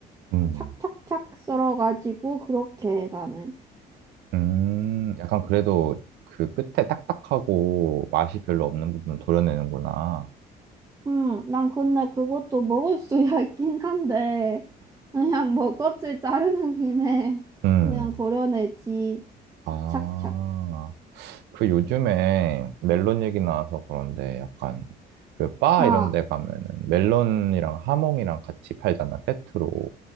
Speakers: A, on the right; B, on the right.
A: 음,
B: 착착착 썰어가지고 그렇게 해 나는.
A: 음. 약간 그래도 그 끝에 딱딱하고 맛이 별로 없는 부분 도려내는구나.
B: 응, 난 근데 그것도 먹을 수야 <laughs> 있긴 한데, 그냥 뭐 껍질 자르는 김에
A: 음.
B: 그냥 도려내지. 착착착.
A: 아, 그 요즘에 멜론 얘기 나와서 그런데 약간 그 바
B: 아,
A: 이런 데 가면은 멜론이랑 하몽이랑 같이 팔잖아, 세트로.